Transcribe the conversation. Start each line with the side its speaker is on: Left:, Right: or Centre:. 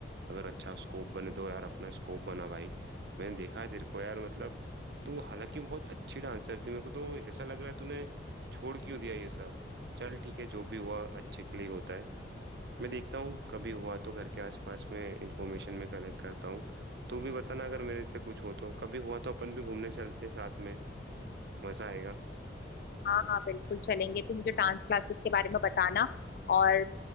Right: अगर अच्छा स्कोप बने तो यार अपना स्कोप बना भाई मैंने देखा है तेरे को यार मतलब तू हालांकि बहुत अच्छी डांसर थी मेरे को तो ऐसा लग रहा है तूने छोड़ क्यों दिया ये सब चल ठीक है जो भी हुआ अच्छे के लिए ही होता है मैं देखता हूँ कभी हुआ तो घर के आसपास में इंफॉर्मेशन में कलेक्ट करता हूँ तू भी बताना अगर मेरे से कुछ हो तो कभी हुआ तो अपन भी घूमने चलते हैं साथ में मज़ा आएगा
Left: हाँ हाँ बिल्कुल चलेंगे तो मुझे डांस क्लासेस के बारे में बताना और